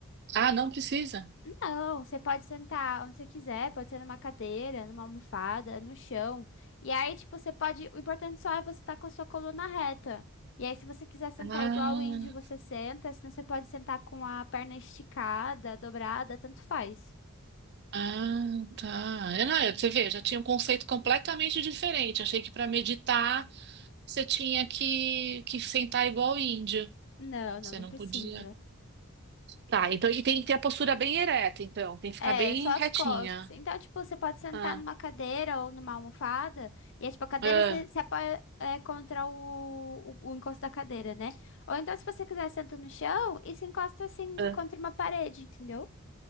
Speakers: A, on the right (about 50°); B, on the left (about 60°).
A: ah, não precisa?
B: Não, você pode sentar onde você quiser, pode ser numa cadeira, numa almofada, no chão. E aí, tipo, você pode. O importante só é você estar com a sua coluna reta. E aí, se você quiser sentar
A: Ah,
B: igual o índio, você senta. Senão, você pode sentar com a perna esticada, dobrada, tanto faz.
A: ah, tá. Eu, não, eu, você vê, eu já tinha um conceito completamente diferente. Achei que para meditar você tinha que, que sentar igual índio.
B: Não,
A: Você
B: não, não
A: não
B: precisa.
A: podia. Tá, então e tem que ter a postura bem ereta, então. Tem que ficar
B: É,
A: bem
B: só as
A: retinha.
B: costas. Então, tipo, você pode sentar
A: Ah,
B: numa cadeira ou numa almofada, e aí, tipo, a cadeira
A: ah,
B: se, se apoia é, contra o, o, o encosto da cadeira, né? Ou então, se você quiser, senta no chão e se encosta assim
A: ah.
B: contra uma parede, entendeu?